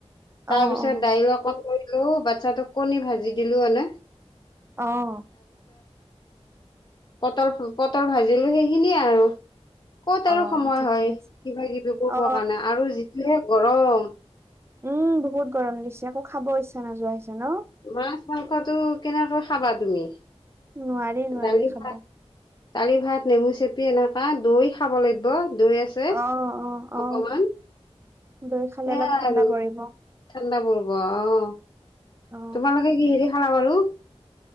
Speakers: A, on the left; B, on the right.
A: তাৰ
B: অ
A: পিছত
B: অ
A: দাইল অকণ কৰি কৰিলো বাচ্ছাটোক কণী ভাজি দিলো‌ মানে
B: অঁ।
A: পটল পটল ভাজিলো সেইখিনিয়ে আৰু--' ক'ত আৰু
B: অ
A: সময়
B: ঠিকে
A: হয়,
B: আছে
A: কিবা কিবি কৰিব
B: অ
A: কাৰণে আৰু যিটো গৰম
B: উম বহুত গৰম দিছে, একো খাব ইচ্ছা নোযোৱা হৈছে ন
A: মাছ -মাংসটো কেনেকৈ খাবা তুমি
B: নোৱাৰি নোৱাৰি
A: দালি
B: খাব।
A: ভাত দালি ভাত নেমু চেপি এনেকা দৈ খাব লাগিব। দৈ আছে,
B: অ অ
A: অকমান।
B: অ দৈ খালে
A: সেয়াই
B: অলপ ঠাণ্ডা
A: আৰু
B: পৰিব।
A: ঠাণ্ডা পৰ্ব অঁ
B: অ
A: তোমালোকে কি হেৰি খালা বাৰু